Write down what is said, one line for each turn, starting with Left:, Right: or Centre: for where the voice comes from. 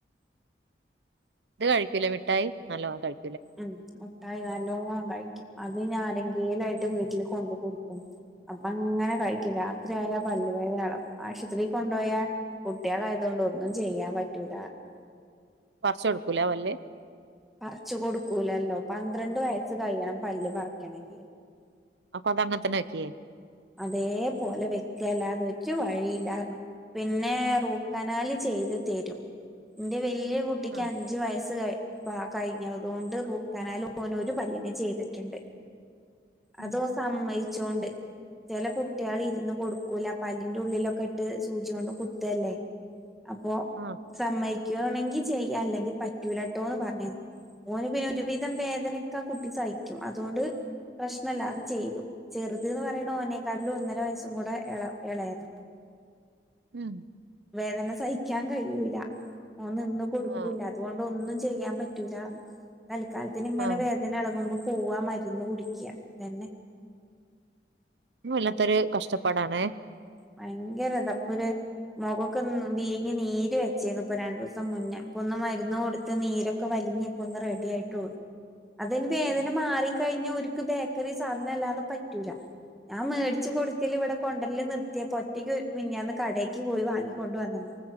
Right: ഇത് കഴിക്കില്ല മിട്ടായി നല്ലോണം കഴി
Centre: ഉം മുട്ടായി നല്ലോണം കഴിക്കും അ ത് ഇനി ആരെങ്കിലും ആയിട്ട് വീട്ടിൽ കൊണ്ട് കൊടുക്കും അപ്പ അങ്ങനെ കഴിക്കും രാത്രി ആയാ പല്ല് വേ <unintelligible> ആശുപത്രിയിൽ കൊണ്ടുപോയാൽ കുട്ടികളായത് കൊണ്ട് ഒന്നും ചെയ്യാൻ പറ്റൂല
Right: പറിചെടുക്കൂല പല്ല്
Centre: പറിച്ച് കൊടുക്കൂലല്ലോ പന്ത്രണ്ട് വയസ്സ് കഴിയണം പല്ല് പറിക്കണമെങ്കിൽ
Right: അപ്പൊ അത് അങ്ങനെ തന്നെ വെക്കേ
Centre: അതേപോലെ വെക്കല്ലാതെ ഒരു വഴിയില്ലാ പറഞ്ഞു പിന്നെ റൂട്ട് കനാൽ ചെയ്ത് തരും ഇന്റെ വീ വല്യ കുട്ടിക്ക്
Right: ആഹ്
Centre: അഞ്ചു വയസ്സ് കഴി അപ്പ ആ കഴിഞ്ഞതുകൊണ്ട് റൂട്ട് കനാൽ ഓനോരു പല്ലിനെ ചെയ്തിട്ടുണ്ട്
Right: ഉം
Centre: അത് ഓൻ സമ്മയിച്ചോണ്ട് ചില കുട്ടികൾ ഇരുന്ന് കൊടുക്കൂല പല്ലിൻറെ ഉള്ളിലൊക്കെ ഇട്ട് സൂചി കൊണ്ട് കുത്തല്ലേ അപ്പൊ
Right: ആഹ്
Centre: സമ്മക്കുവാണെങ്കി ചെയ്യാം അല്ലെങ്കിൽ പറ്റൂലട്ടോന്ന് പറഞ്ഞു ഓന് പിന്നെ ഒരുവിധം വേദനക്ക ആ കുട്ടി സഹിക്കും അതുകൊണ്ട് പ്രശ്നമല്ല അത് ചെയ്തു ചെറുതു എന്ന് പറ ഓനെ ക്കാട്ടിലും ഒന്നര വയസ്സും കൂടെ ഇള ഇളയതാ
Right: ഉം
Centre: വേദന സഹിക്കാൻ കഴിയൂല ഓന് നിന്ന് കൊടുക്കൂല്ല
Right: ആഹ്
Centre: അതുകൊണ്ട് ഒന്നും ചെയ്യാൻ പറ്റൂല തൽക്കാലത്തിന് ഇങ്ങനെ
Right: ആഹ്
Centre: വേദന ഇളങ്ങുമ്പോ പോവാ മരുന്ന് കുടിക്കുക ഇതന്നെ
Right: വല്ലാത്തൊരു കഷ്ടപ്പാടാണെ
Centre: ഭയങ്കര ഇതാ അപ്പര് മുഖൊക്കെ വീങ്ങി നീര് വെച്ചിരുന്നു ഇപ്പൊ രണ്ടു ദിവസം മുന്നേ ഇപ്പൊ ഒന്ന് മരുന്ന് കൊടുത്ത് നീരൊക്കെ വ ഇനിപ്പോന്നു റെഡിയായിട്ടുളൂ അതെ ഇനി വേദനമാറി
Right: ഉം
Centre: ക്കഴിഞ്ഞ് ഒരു <unintelligible> ബേക്കറി സാധനം അല്ലാതെ പറ്റൂല ഞാൻ മേടിച്ചു കൊടുക്കൽ ഇവിടെ കൊ കൊണ്ടരല് നിർത്തിയപോ ഒറ്റയ്ക്ക് മിനിഞ്ഞാന്ന് കടേക്ക് പോയി വാങ്ങിക്കൊണ്ട് വന്നു